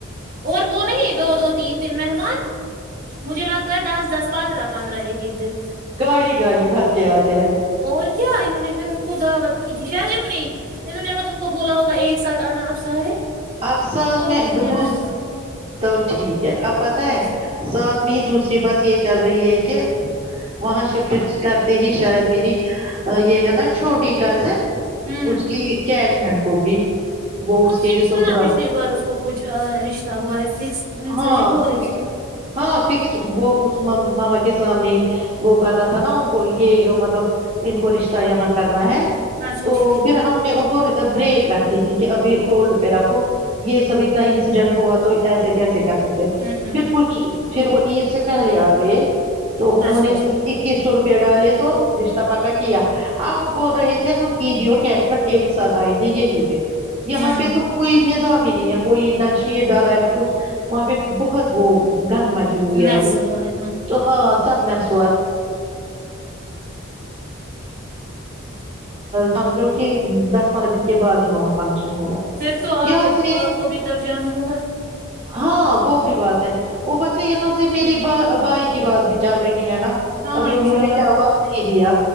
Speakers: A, on the right; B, on the right.
A: اور وہ نہیں دو دو تین دین محمان مجھے لگتا ہے دس دس پندرہ پندرہ ایک ایک دن
B: گاڑی گاڑی بھر کے آتے ہے
A: اور کیا انہوں نے پھر ان کو دعوت کی تھی شاید انوں نے انہوں نے م تو ان کو بولا ہوگا ایک ساتھ آنا اب سارے
B: اب سات
A: وہ
B: میںس
A: کتنے مہمان
B: تو ٹھیک ہے اب پت ہے
A: ہوں
B: ساتھ میں ہی دوسری بات یہ چل رہی ہے کہ وہاں شفٹ کرتے ہی شاید میری یہ ہے نا چھوٹی کزن
A: ہاں
B: اس کی کیچمنٹ ہوگی وہ اس کے
A: میں نے
B: سسرال
A: سنا پچھلی بار اس کو کچھ رشتہ ہوا ہے فکس منسر
B: ہاں
A: جی بول
B: فک-
A: رہے تھ
B: ہاں فکس وہ اس ماما کے سامنے ہی وہ پاتا تھا نا ان کو یہ مطلب ان کو رشتہ یہاں کرنا ہے
A: اچھا
B: تو
A: ٹھیک
B: پھر ہم نے ان کو بریک رکھی تٹھیک ہے ابھی ہولڈ پہ رکھو یہ سب اتنا انسیڈنٹ ہوا تو ایسا <unintelligible> <unintelligible>
A: ہوں
B: <inaudible> پھر وہ عید سے پہلے آ گئے تو انہوں
A: اچھا
B: نے
A: اچھا
B: صرف اکیس سو روپے ڈالے تو رشتہ پاکا کیا اب وہ بول رہے تھے ہم عیدی اور کیچمنٹ ایک ساتھ آئیں گے یہی پہ یہاں
A: ہوں
B: پہ تو کوئی نظام ہی نہیں ہے کوئی نہ شیرر ڈالا ہے نہ کچھ وہاں پہ بہت وہ گند مچی ہوئی ہے
A: میس
B: اب
A: ہوا ہے
B: تو ہاں سب محسوس سمجھو کہ دس پرہ دن کے بعد ہی وہاں فنکشن ہوگا
A: پھر تو آپ
B: یہاں
A: کو
B: سے
A: آپ کو بھی تب جانا ہوگا
B: ہاں وہ بھی بات ہے اوپر سے یہاں سے میری ب بائی کی بات بھی چل رہی ہے نا
A: ہاں
B: ابھی
A: انشاء
B: انہوں
A: اللہ
B: نے جواب نہیں دیا